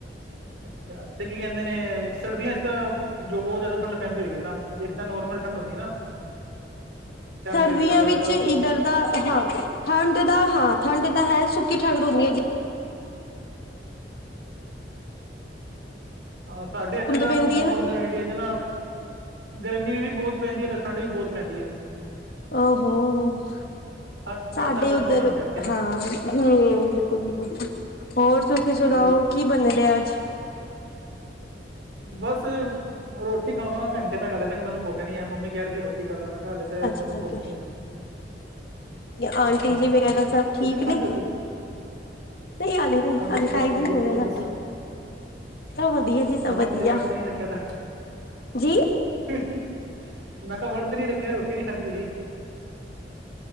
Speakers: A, on the right; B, on the left.
A: ਅੱਛਾ। ਤੇ, ਕੀ ਕਹਿੰਦੇ ਨੇ, ਸਰਦੀਆਂ ਚ ਤਾਂ, ਜੋ ਬਹੁਤ ਜ਼ਿਆਦਾ ਠੰਡ, ਪੈਂਦੀ ਹੋਏਗੀ ਨਾ। ਇੱਕ ਤਾਂ, ਨੋਰਮਲ ਠੰਡ, ਹੁੰਦੀ ਹੈ, ਨਾ। ਟੈਂਪਰੇਚਰ
B: ਸਰਦੀਆਂ
A: ਵਗੈਰਾ
B: ਵਿੱਚ,
A: ਤਾਂ
B: ਇੱਧਰ ਦਾ ਹਾਂ। ਠੰਡ, ਦਾ ਹਾਂ। ਠੰਡ ਤਾਂ ਹੈ। ਸੁੱਕੀ ਠੰਡ ਹੁੰਦੀ ਹੈ, ਜੀ।
A: ਹਾਂ। ਸਾਡੇ ਇੱਥੇ ਤਾਂ,
B: ਪੈਂਦੀ
A: ਨੋੌਰਥ
B: ਹੈ ਨਾ
A: ਇੰਡੀਆ ਚ ਨਾ। ਗਰਮੀ ਵੀ ਬਹੁਤ ਹੁ ਪੈਂਦੀ ਹੈ। ਤੇ ਠੰਡ ਵੀ ਬਹੁਤ ਪੈਂਦੀ ਹੈ।
B: ਆ ਹੋੋ।
A: ਹਰ
B: ਸਾਡੇ
A: ਹਰ ਤਰ੍ਹਾਂ ਦਾ
B: ਉੱਧਰ,
A: ਮੌਸਮ ਹੈਗਾ ਇੱਥੇ ਨਾ
B: ਹਾਂ, ਹੂੰ। ਬਿਲਕੁਲ- ਬਿਲਕੁਲ। ਹੋਰ, ਤੁਸੀਂ ਸੁਣਾਓ
A: ਤੇ
B: ਕੀ ਬਨਦੇ ਅੱਜ?
A: ਬਸ, ਹੁਣ ਰੋਟੀ ਖਾਵਾਂਗਾ। ਘੰਟੇ ਤਕ ਹਲੇ ਤੱਕ ਮੈਨੂੰ ਭੁੱਖ ਨੀ ਆ। ਮੰਮੀ, ਕਹਿ ਰਹੀ ਸੀ। ਰੋਟੀ ਖਾ ਲਾ। ਹਲੇ ਤੇ,
B: ਅੱਛਾ
A: ਮੈਨੂੰ,
B: ਅੱਛਾ
A: ਭੁੱਖ
B: ਓਕੇ
A: ਨੀ ਹੈਗੀ।
B: ਆਂਟੀ
A: ਹਾਂ
B: ਜੀ, ਵਗੈਰਾ, ਸਭ ਠੀਕ
A: ਤੁਸੀਂ ਨੀ ਖਾਧੀ
B: ਨੇ?
A: ਰੋਟੀ
B: ਨਹੀਂ, ਹਲੇ ਨਹੀਂ।
A: ਹਾਂਜੀ
B: ਹਾਲੇ,
A: ਸਭ
B: ਟਾਇਮ
A: ਬਸ ਵਧੀਆ
B: ਵੀ, ਨੀ ਹੋਇਆ
A: ਤੁਸੀਂ ਦੱਸੋ
B: ਸਾਡਾ। ਸਬ ਵਧੀਆ ਜੀ। ਸਭ
A: ਮੈਂ
B: ਵਧੀਆ
A: ਕਿਹਾ, ਕਿਤੇ ਵਰਤ ਤੇ ਨੀ ਰੱਖਿਆ ਤਾਂ।
B: ਜੀ
A: ਮੈਂ ਕਿਹਾ, ਵੜਤ ਤੇ ਨੀ ਰਖਿਆ, ਰੋਟੀ ਨੀ ਖਾਂਦੀ ਤੁਸੀਂ।